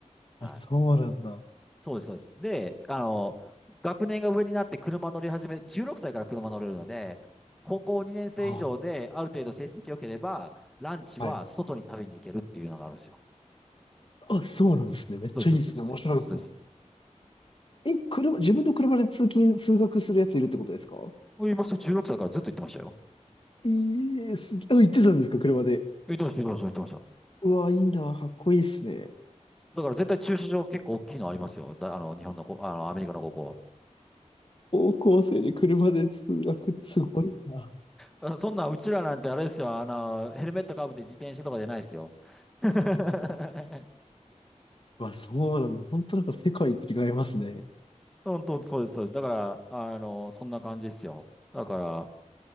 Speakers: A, on the left (about 45°); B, in the centre.
A: あ、
B: はい。
A: そうなんだ。
B: そうです、そうです。で、あの、学年が上になって車乗り始め、16歳から車乗れるので、高校2年生以上である程度成績良ければ、
A: あ、
B: ランチは外に食べに行けるっていうのがあるんですよ。
A: はい。あ、そうなんですね。めっちゃいいですね。
B: そうです、そうです、そうです。
A: 面白いですね。
B: そうです。
A: え、車、自分の車で通勤、通学するやついるってことですか
B: そう言いますと、16歳からずっと行ってましたよ。
A: いえ、すげえ、あ、行ってたんですか、車で。
B: 行ってました、言ってました、言ってました。
A: うわ、いいな、かっこいいっすね。
B: だから絶対駐車場結構大きいのありますよ。だ、あの、日本のこ、あの、アメリカの高校は。
A: 高校生で車で通学、すごいな。
B: あそんな、うちらなんてあれですよ。あの、ヘルメットかぶって自転車とかじゃないですよ。<laughs>
A: わ、そうなんだ。本当なんか世界違いますね。
B: 本当、そうです、そうです。だから、あの、そんな感じですよ。だから、